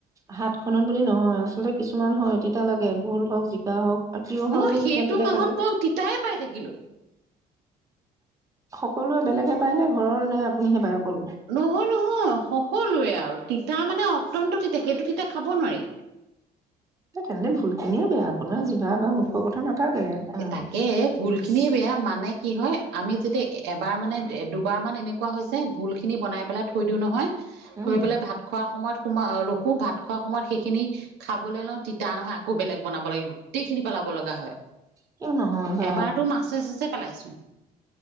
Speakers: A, on the right (about 20°); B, on the right (about 85°).
A: হাতখনত বুলি নহয় আচলতে কিছুমান হয়, তেতিয়া লাগে ভুল হওক জিকা হওক। আৰু তিয়হৰতো
B: মই সেইটো
A: কিছুমান তিতা
B: মাহত
A: থাকে।
B: মই তিতাই পাই থাকিলো।
A: সকলোৱে বেলেগে পায় নে ঘৰৰ নে আপুনিহে পায় অকল
B: নহয় নহয় সকলোৱে আও তিতা মানে অত্যন্ত তিতা সেইটো তিতা খাব নোৱাৰি।
A: তেন্তে ভুলখিনিয়ে বেয়া আপোনাৰ জিভা বা মুখৰ
B: ভু
A: কথা নাথাকে ইয়াত, আহ
B: তাকে ভুল খিনিয়ে বেয়া মানে কি হয় আমি যেতিয়া এবাৰ মানে দুবাৰমান এনেকুৱা হৈছে ভুলখিনি বনাই পেলাই থৈ দিওঁ নহয়।
A: উম
B: থৈ পেলাই ভাত খোৱাৰ সময়ত ৰখো ভাত খোৱা সময়ত সেইখিনি খাবলৈ লওঁ তিতা নহয় আকৌ বেলেগ বনাব লাগে। গোটেইখিনি পেলাব লগা হয়,
A: কিয় নহয় বা
B: এবাৰতো মাছে চাছে পেলাই। ছো